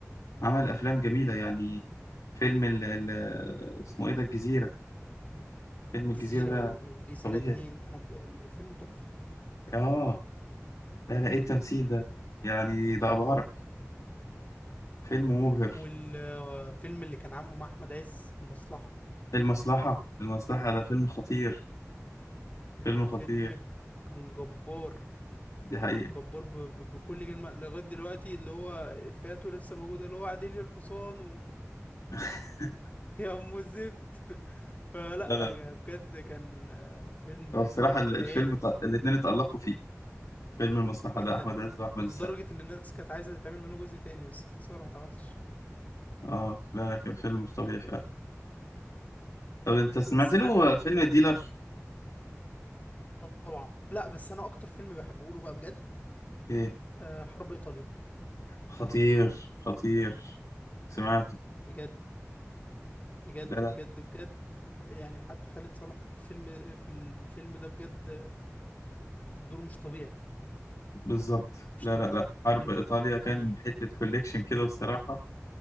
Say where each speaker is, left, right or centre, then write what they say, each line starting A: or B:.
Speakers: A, on the left; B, on the left.
A: عمل أفلام جميلة يعني فيلم ال ال اسمه إيه ده الجزيرة فيلم
B: الجزيرة
A: الجزيرة ده
B: والجزيرة
A: مش طبيعي
B: اتنين أنا ب... الفيلم تحفة
A: اه لا لا ايه التمثيل ده يعني ده ابهرك فيلم مبهر
B: والفيلم اللي كان عامله مع أحمد عز المصلحة
A: المصلحة المصلحة ده فيلم خطير
B: الفيلم
A: فيلم خطير
B: ب- كان جبار
A: دي حقيقة
B: جبار ب... ب... بكل كلمة لغاية دلوقتي اللي هو إفيهاته لسه موجودة اللي هو عديلي الحصان و...
A: <laughs>
B: <laughs> يا أم الزفت <laughs> فلا
A: لا لا
B: غ- بجد كان آه، فيلم
A: هو
B: آه،
A: بصراحة ال- الفيلم
B: خيالي
A: ط- الاتنين اتألقوا فيه فيلم المصلحة
B: جدا
A: ده أحمد عز وأحمد
B: لدرجة
A: السقا
B: إن الناس كانت عايزة تتعمل منه جزء تاني بس خسارة ما اتعملش
A: اه لا لا كان فيلم مش طبيعي فعلا طب أنت سمعت
B: بس
A: له
B: عارف
A: فيلم الديلر؟
B: طبعا لا بس أنا أكتر فيلم بحبه له بقى بجد
A: إيه
B: آه، حرب إيطاليا
A: خطير خطير سمعته
B: بجد بجد
A: لا
B: بجد
A: لا
B: بجد يعني حتى خالد صالح في الفيلم في الفيلم ده بجد دوره مش طبيعي
A: بالظبط
B: مش
A: لا
B: طبيعي
A: لا لا حرب إيطاليا كان
B: يعني
A: حتة كوليكشن كده بصراحة